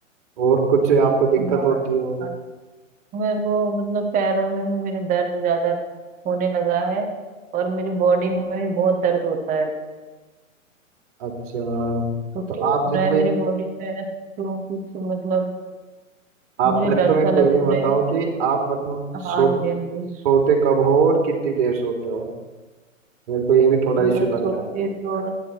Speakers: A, on the right (about 40°); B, on the right (about 20°).
A: और कुछ आपको दिक्कत
B: तो
A: होती हो
B: हाँ मेरे को मतलब पैरों में भी मेरे दर्द ज्यादा होने लगा है और मेरी बॉडी में भी बहुत दर्द होता है
A: अच्छा
B: तो
A: तो
B: क्यों हो
A: आप मेरे
B: रहा
A: को
B: है
A: ये-
B: मेरी बॉडी में क्यों कुछ मतलब
A: आप
B: मुझे
A: पहले
B: डर
A: तो मेरे
B: सा
A: को
B: लग
A: ये बताओ
B: रहा है कि
A: कि आप मतलब सोते
B: हाँ जी हाँ जी
A: सोते कब हो और कितनी देर सोते हो मेरे को ये भी थोड़ा इश्यू
B: मैं सोती
A: लग रहा है
B: तो